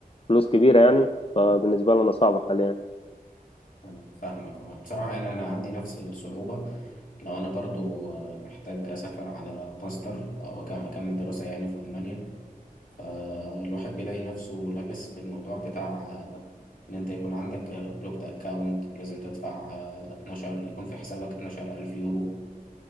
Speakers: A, on the left; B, on the left.
A: فلوس كبيرة يعني فبالنسبة لنا صعبة حاليا
B: أنا فاهمك آه. بصراحة يعني انا عندي نفس الصعوبة لو انا برضو آه، محتاج اسافر على ماستر او أكم- اكمل دراسة يعني في المانيا فالواحد بيلاقي نفسه لابس في الموضوع بتاع آه، ان انت يكون عندك بلوكد اكاونت ولازم تدفع آه، 12 يكون في حسابك 12000 الف يورو